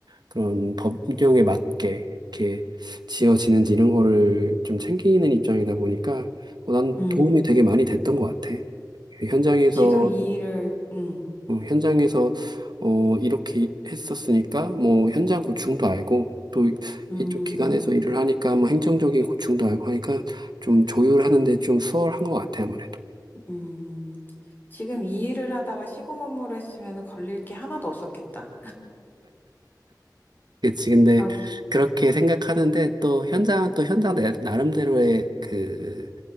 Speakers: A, on the right; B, on the left.
A: 그런 법령에 맞게 이렇게 지어지는지 이런 거를 좀 챙기는 입장이다 보니까 어, 난
B: 음.
A: 도움이 되게 많이 됐던 것 같아. 현장에서
B: 지금 이 일을, 음,
A: 어, 현장에서 어 이렇게 했었으니까 뭐 현장 고충도 알고 또
B: 음,
A: 이쪽 기관에서 일을 하니까 뭐 행정적인 고충도 알고 하니까 좀 조율하는 데 좀 수월한 것 같아 아무래도.
B: 음. 지금 이 일을 하다가 시공 업무를 했으면 걸릴 게 하나도 없었겠다.
A: 그치. 근데
B: 아,
A: 그렇게 생각하는데 또 현장은 또 현장 내- 나름대로의 그,